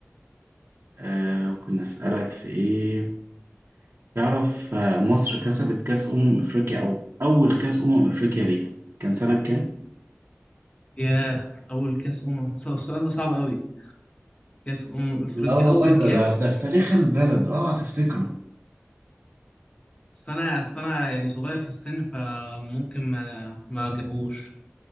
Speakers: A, on the right (about 50°); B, on the left (about 25°).
A: آه ممكن أسألك في إيه تعرف آه، مصر كسبت كأس أمم أفريقيا أو أول كأس أمم أفريقيا ليها كان سنة كام؟
B: ياه أول كأس أمم السؤال ده صعب أوي كأس أمم أفريقيا
A: لا والله
B: أول كأس
A: ده ده ده في تاريخ البلد اه هتفتكره
B: بس انا اصل انا يعني صغير في السن فممكن ما ما اجيبهوش